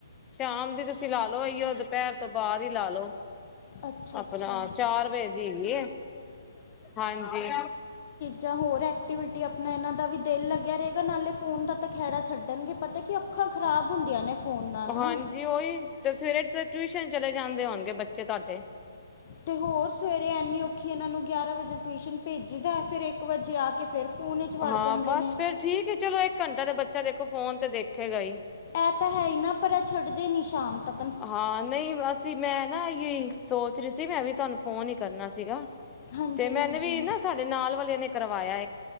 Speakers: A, on the left; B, on the left.
A: ਸ਼ਾਮ ਦੇ ਤੁਸੀਂ ਲਾ ਲਓ ਆਈਓ ਦੁਪਹਿਰ ਤੋਂ ਬਾਅਦ ਹੀ ਲਾ ਲੋ।
B: ਅੱਛਾ
A: ਆਪਣਾ
B: ਅੱਛਾ
A: ਚਾਰ ਵਜੇ ਦੀ ਹੈਗੀ, ਹਾਂਜੀ।
B: ਜਾਂ ਹੋਰ ਐਕਟੀਵਿਟੀ ਆਪਣਾ ਇਹਨਾਂ ਦਾ ਵੀ ਦਿਲ ਲੱਗਿਆ ਰਹੇਗਾ ਨਾਲੇ ਫੋਨ ਦਾ ਤਾਂ ਖੈੜਾ ਛੱਡਣਗੇ। ਪਤਾ ਕਿ ਅੱਖਾਂ ਖ਼ਰਾਬ ਹੁੰਦੀਆਂ ਨੇ ਫੋਨ ਨਾਲ
A: ਹਾਂਜੀ,
B: ਨਾ
A: ਉਹੀ ਤੇ ਸਵੇਰੇ ਟਿਊਸ਼ਨ ਚਲੇ ਜਾਂਦੇ ਹੋਣਗੇ ਬੱਚੇ ਤੁਹਾਡੇ।
B: ਤੇ ਹੋਰ ਸਵੇਰੇ ਐਨੀ ਔਖੀ ਇਹਨਾਂ ਨੂੰ ਗਿਆਰਾਂ ਵਜੇ ਟਿਊਸ਼ਨ ਭੇਜੀ ਦਾ, ਫਿਰ ਇੱਕ ਵਜੇ ਆ ਕੇ ਫਿਰ ਫੋਨ 'ਚ ਵੜ
A: ਹਾਂ
B: ਜਾਂਦੇ
A: ਬਸ
B: ਨੇ
A: ਫਿਰ ਠੀਕ ਹੈ। ਚਲੋ ਇੱਕ ਘੰਟਾ ਤੇ ਬੱਚਾ ਦੇਖੋ ਫੋਨ ਤੇ ਦੇਖੇਗਾ ਹੀ।
B: ਇਹ ਤਾਂ ਹੈ ਹੀ ਨਾ, ਪਰ ਇਹ ਛੱਡਦੇ ਨੀ ਸ਼ਾਮ ਤੱਕ।
A: ਹਾਂ ਨਹੀਂ ਅਸੀਂ ਮੈਂ ਨਾ ਆਈ ਸੋਚ ਰਹੀ ਸੀ, ਮੈਂ ਵੀ ਤੁਹਾਨੂੰ ਫੋਨ ਹੀ ਕਰਨਾ ਸੀਗਾ।
B: ਹਾਂਜੀ
A: ਤੇ ਮੈਨੂੰ
B: ਹਾਂਜੀ
A: ਵੀ ਨਾ, ਸਾਡੇ ਨਾਲ ਵਾਲਿਆਂ ਨੇ ਕਰਵਾਇਆ।